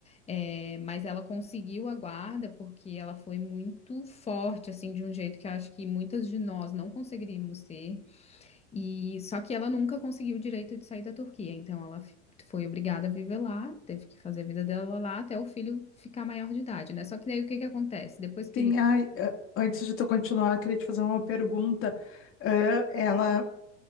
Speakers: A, on the left; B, on the left.
A: É, mas ela conseguiu a guarda porque ela foi muito forte, assim, de um jeito que eu acho que muitas de nós não conseguiríamos ser. E só que ela nunca conseguiu o direito de sair da Turquia, então ela fi- foi obrigada a viver lá, teve que fazer a vida dela lá até o filho ficar maior de idade, né? Só que daí o que que acontece? Depois que
B: Sim,
A: ele
B: ai, ah, antes de tu continuar, eu queria te fazer uma pergunta. Ah, ela.